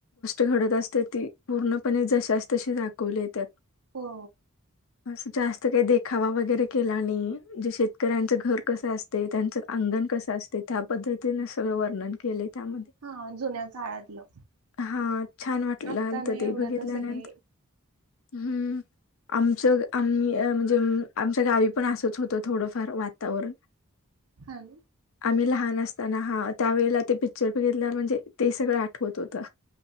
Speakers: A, on the left; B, on the right.
A: घडत असते ती पूर्णपणे जशाच तशी दाखवलीये त्यात
B: हो.
A: असं जास्त काय देखावा वगैरे केला नई म्हजे शेतकऱ्यांचं घर कसं अस ते त्यांचं अंगण कस असतय त्या पद्धतीने सगळं वर्णन केलय. त्यामध्ये
B: हा जुन्या काळातलं
A: हा छान वाटल
B: आत्ता
A: आलत
B: नाही
A: ते
B: एवढं
A: बघितल्यानंतर
B: तर सगळे
A: हम्म आमचं आम्ही म्हणजे आमच्या गावी पण असंच होतं थोडंफार वातावरण
B: हॅल
A: आम्ही लहान असताना हा त्यावेेळेला ते पिक्चर बघीतल्यावर म्हणजे ते सगळं आठवत होतं.